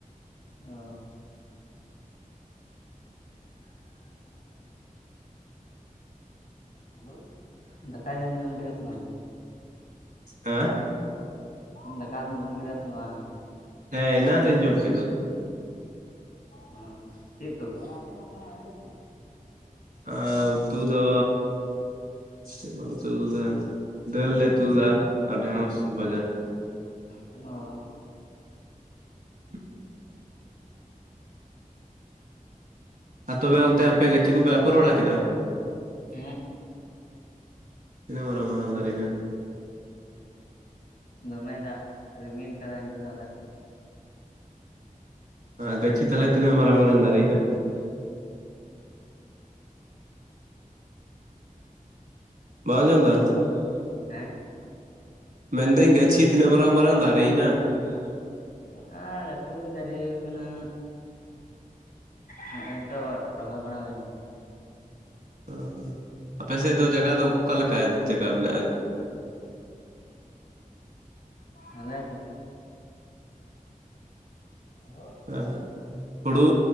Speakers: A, on the left; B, on the right.
A: ᱚ, ᱾ ᱦᱮᱞᱳ, ᱫᱟᱠᱟᱧ ᱟᱸᱡᱚᱢ ᱠᱮᱫᱟ ᱥᱮ ᱵᱟᱝ?
B: ᱦᱮᱸ
A: ᱦᱟᱸ, ᱫᱟᱠᱟᱢ ᱡᱚᱢ ᱠᱮᱫᱟ ᱥᱮ ᱵᱟᱝ?
B: ᱦᱮᱸ ᱮᱱᱟᱱ ᱨᱮᱧ ᱡᱚᱢ ᱠᱮᱫᱟ᱾
A: ᱚᱸ, ᱪᱮᱫ ᱩᱛᱩ ᱟᱸᱡᱚᱢ ᱠᱟᱱᱟ <unintelligible>
B: ᱮᱸ ᱩᱛᱩ ᱫᱚ ᱪᱮᱫ ᱵᱟᱞᱮ ᱩᱛᱩ ᱞᱮᱫᱟ, ᱫᱟᱹᱞ ᱞᱮ ᱩᱛᱩ ᱞᱮᱫᱟ, ᱟᱨ ᱰᱷᱮᱸᱲᱚᱥ ᱵᱷᱟᱡᱟ
A: ᱦᱟᱸ
B: <unintelligible> ᱟᱨ ᱛᱚᱵᱮ ᱚᱱᱛᱮ ᱟᱯᱮ, ᱜᱟᱹᱪᱷᱤ ᱠᱚᱯᱮ ᱟᱯᱷᱚᱨ ᱵᱟᱲᱟ ᱠᱮᱫᱟ?
A: ᱦᱮᱸ
B: ᱛᱱᱟᱹᱜ ᱢᱟᱨᱟᱝ ᱢᱟᱨᱟᱝ ᱫᱟᱨᱭᱱᱟ?
A: ᱫᱚᱢᱮ ᱫᱟᱜ ᱨᱤᱢᱤᱞ ᱠᱟᱫᱟᱭ, ᱮᱛᱮ ᱫᱚ ᱟᱞ ᱥᱮᱜ?
B: ᱜᱟᱹᱪᱷᱤ ᱛᱟᱞᱮ ᱛᱤᱱᱟᱹᱜ ᱢᱟᱨᱟᱝ ᱢᱟᱨᱟᱝ ᱫᱟᱨᱮᱭᱱᱟ?
A: ᱨ ᱜᱮ <unintelligible>
B: ᱵᱟᱢ ᱟᱡᱚᱢ ᱫᱟ?
A: ᱵᱟᱢ ᱟᱡᱚᱢ ᱫᱟ? ᱦᱮᱸ,
B: ᱢᱮᱱᱫᱟᱹᱧ ᱜᱟᱹᱪᱷᱤ
A: ᱢᱮᱱᱫᱟᱹᱧ
B: ᱛᱤᱱᱟᱹᱜ ᱢᱟᱨᱟᱝ
A: ᱜᱟᱪᱷᱤ ᱛᱤᱱᱟᱹᱜ
B: ᱫᱟᱨᱮᱭᱮᱱᱟ
A: ᱢᱟᱨᱟᱝ ᱢᱟᱨᱟᱝ ᱫᱟᱨᱮᱭ ᱱᱟ? ᱟᱨ ᱞᱟᱴᱩ ᱜᱮ ᱫᱟᱨᱮ ᱠᱟᱱᱟ᱾ ᱦᱮᱸᱜᱼ ᱮ ᱛᱚ ᱨᱚᱦᱚᱭ ᱵᱟᱲᱟ ᱦᱳᱭᱱᱟ᱾
B: ᱚ, ᱟᱯᱮ ᱥᱮᱫ ᱫᱚ ᱡᱟᱜᱟ ᱫᱚ, ᱚᱠᱟᱞᱮᱠᱟ ᱡᱟᱜᱟ ᱢᱮᱱᱟᱜᱼᱟ?
A: ᱟᱮᱞᱮ ᱥᱮᱜ ᱦᱮᱞᱳ,
B: ᱦᱮᱸ, ᱦᱩᱲᱩ